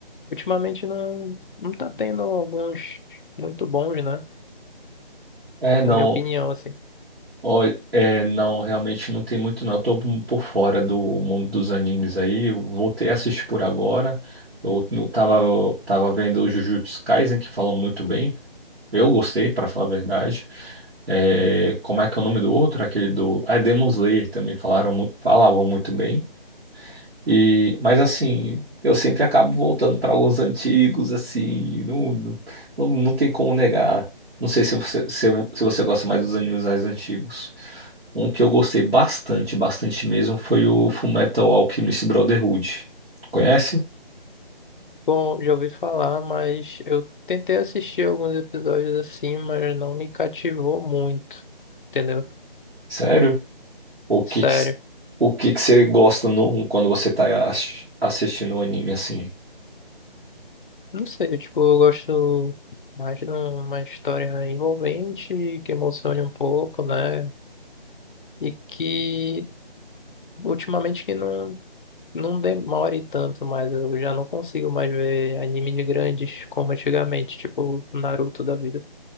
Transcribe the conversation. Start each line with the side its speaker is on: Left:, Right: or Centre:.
Left: Ultimamente não, não tá tendo alguns muito bons, né?
Right: É, não.
Left: Na minha opinião, assim.
Right: Olha, é, não, realmente não tem muito não. Eu tô um por fora do mundo dos animes aí. Eu voltei a assistir por agora. Eu, eu tava, eu tava vendo o Jujutsu Kaisen, que falam muito bem. Eu gostei, para falar a verdade. É, como é que é o nome do outro? Aquele do... Ah, é Demon Slayer também falaram, mu- falavam muito bem. E, mas assim, eu sempre acabo voltando para alguns antigos, assim, não, não, não não tem como negar. Não sei se você, se, se você gosta mais dos animes mais antigos. Um que eu gostei bastante, bastante mesmo, foi o Fullmetal Alchemist Brotherhood. Conhece?
Left: Bom, já ouvi falar, mas eu tentei assistir alguns episódios assim, mas não me cativou muito, entendeu?
Right: Sério? O que
Left: Sério.
Right: que, o que que você gosta no- quando você tá ass- assistindo o anime assim?
Left: Não sei, tipo, eu gosto mais de uma história envolvente, que emocione um pouco, né? E que ultimamente que não, não demore tanto, mas eu já não consigo mais ver anime de grandes como antigamente, tipo Naruto da vida.